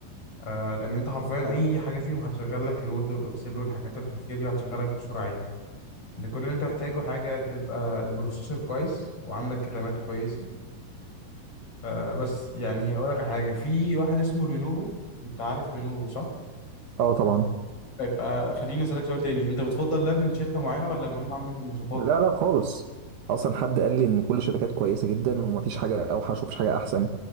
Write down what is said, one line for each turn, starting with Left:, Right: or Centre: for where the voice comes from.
Left: آه لان انت حرفيا اي حاجة فيهم هتشغل لك الوورد والاكسل والحاجات الخفية دي وهتشغلك بسرعة عادي ده كل اللي انت محتاجه حاجة تبقى البروسيسور كويس وعندك الرامات كويسة آه بس يعني اقول لك على حاجة في واحد اسمه لينوفو انت عارف لينوفو صح؟
Right: اه طبعا
Left: يبقى خليني اسألك سؤال تاني انت بتفضل لاب من شركة معينة ولا المهم عندك المواصفات؟
Right: لا لا خالص اصلا حد قال لي ان كل الشركات كويسه جدا ومفيش حاجه اوحش ومفيش حاجه احسن